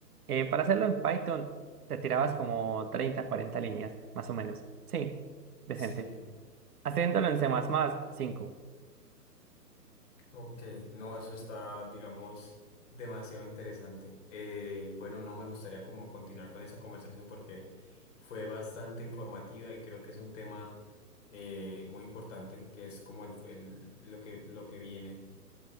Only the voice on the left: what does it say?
Sí.
Ok, no, eso está, digamos, demasiado interesante. Eh, bueno, no me gustaría como continuar con esa conversación porque fue bastante informativa y creo que es un tema eh, muy importante, que es como el, el- lo que, lo que viene,